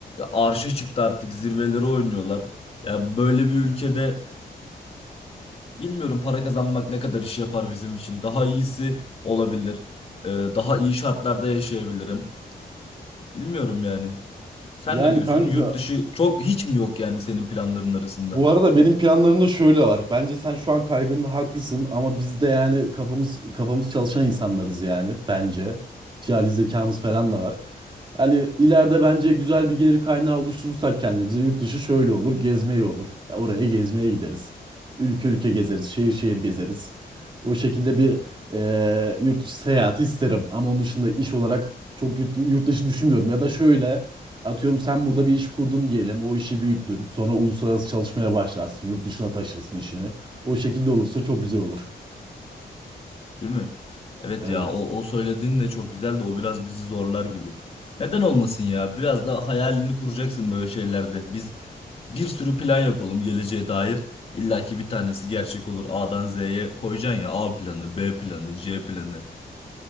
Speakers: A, on the left; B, on the right.
A: arşa çıktı artık zirveleri oynuyorlar. Ya böyle bir ülkede Bilmiyorum para kazanmak ne kadar iş yapar bizim için. Daha iyisi olabilir. Ee, daha iyi şartlarda yaşayabilirim. Bilmiyorum yani. Sen
B: Yani
A: ne diyorsun?
B: kanka
A: Yurt dışı çok hiç mi yok yani senin planların arasında?
B: Bu arada benim planlarım da şöyle var. Bence sen şu an kaygında haklısın ama biz de yani kafamız kafamız çalışan insanlarız yani bence. Cihali zekamız falan da var. Yani ileride bence güzel bir gelir kaynağı oluşturursak kendimize yurt dışı şöyle olur, gezmeye olur. Ya oraya gezmeye gideriz. Ülke ülke gezeriz, şehir şehir gezeriz. O şekilde bir eee yurt dışı seyahati isterim ama onun dışında iş olarak çok yurt, yurt dışı düşünmüyorum. Ya da şöyle Atıyorum sen burada bir iş kurdun diyelim. O işi büyüttün. Sonra uluslararası çalışmaya başlarsın. Yurt dışına taşırsın işini. O şekilde olursa çok güzel olur.
A: Değil mi? Evet
B: Evet.
A: ya o, o söylediğin de çok güzel de o biraz bizi zorlar gibi. Neden olmasın ya? Biraz da hayalini kuracaksın böyle şeylerde. Biz bir sürü plan yapalım geleceğe dair. İlla ki bir tanesi gerçek olur. A'dan Z'ye koyacaksın ya. A planı, B planı, C planı.